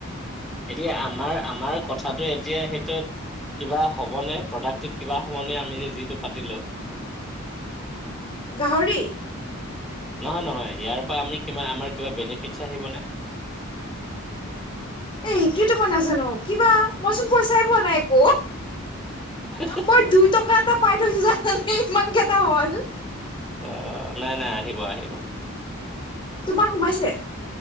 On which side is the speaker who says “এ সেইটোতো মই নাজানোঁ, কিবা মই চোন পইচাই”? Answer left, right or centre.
Left